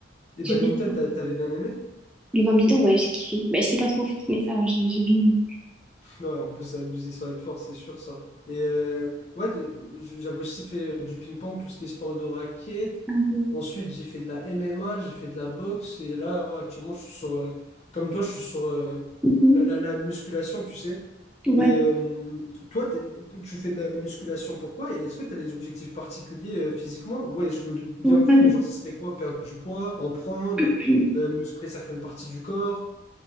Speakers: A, on the left; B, in the centre.
A: Et
B: J'ai
A: badminton,
B: bien aimé.
A: t'a- t'avais bien aimé?
B: Le badminton, ouais, j'ai kiffé. Bah, c'était pas trop fort, mais ça va, j'ai j'ai bien aimé.
A: Ouais, on peut s'abuser sans être fort, c'est sûr ça. Et euh, ouais, des- je- j'avais aussi fait euh, du ping-pong, tout ce qui est sport de raquette.
B: Ah ouais.
A: Ensuite, j'ai fait de la MMA, j'ai fait de la boxe. Et là, actuellement, je suis sur, euh, comme toi, je suis sur euh,
B: Mhm.
A: la, la- la musculation, tu sais. Mais
B: Ouais.
A: euh, toi, t'es- tu fais de la musculation, pourquoi? Et est-ce que tu as des objectifs particuliers euh, physiquement? Ouais, je me doute bien
B: Ouais.
A: que oui, mais genre, ce serait quoi? Perdre du poids, en prendre,
B: <clears throat>
A: euh, muscler certaines parties du corps?